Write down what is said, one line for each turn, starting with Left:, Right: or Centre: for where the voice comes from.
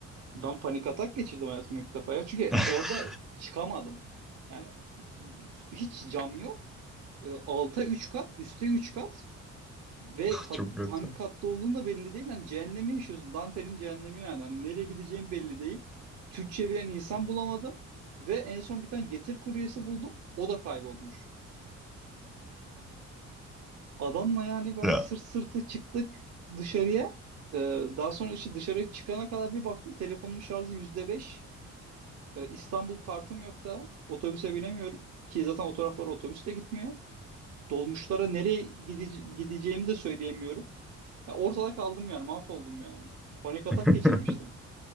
Right: Ben panik atak geçirdim hayatımda ilk defa ya. Çünkü
Centre: <laughs>
Right: orada çıkamadım. Yani hiç cam yok. E, alta 3 kat, üste 3 kat ve kat,
Centre: Çok kötü.
Right: hangi katta olduğun da belli değil. Yani cehennemi yaşıyorsun. Dante'nin cehennemi yani. Hani nereye gideceğim belli değil. Türkçe bilen insan bulamadım. Ve en son bir tane getir kuryesi buldum. O da kaybolmuş. Adamla yani böyle
Centre: Ya.
Right: sırt sırtı çıktık dışarıya. Ee, daha sonra işte dışarı çıkana kadar bir baktım telefonumun şarjı yüzde beş. Ee, İstanbul kartım yok da otobüse binemiyorum. Ki zaten o taraflara otobüs de gitmiyor. Dolmuşlara nereye gide- gideceğimi de söyleyemiyorum. Ya ortada kaldım yani mahvoldum yani. Panik atak
Centre: <laughs>
Right: geçirmiştim.